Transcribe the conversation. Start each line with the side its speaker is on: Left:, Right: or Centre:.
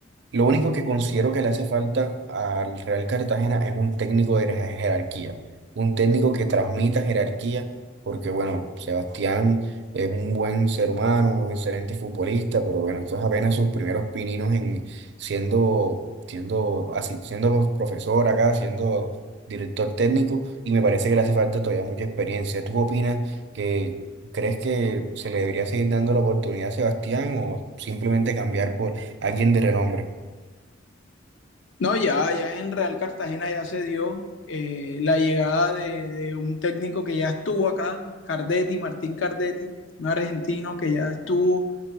Right: Lo único que considero que le hace falta al Real Cartagena es un técnico de jer- jerarquía, un técnico que transmita jerarquía, porque bueno, Sebastián es un buen ser humano, un excelente futbolista, pero bueno, esto es apenas sus primeros pininos en siendo, siendo así, siendo profesor acá, siendo director técnico, y me parece que le hace falta todavía mucha experiencia. ¿Tú opinas que crees que se le debería seguir dando la oportunidad a Sebastián o simplemente cambiar por alguien de renombre?
Left: No, ya, ya en Real Cartagena ya se dio eh, la llegada de, de un técnico que ya estuvo acá, Cardetti, Martín Cardetti, un argentino que ya estuvo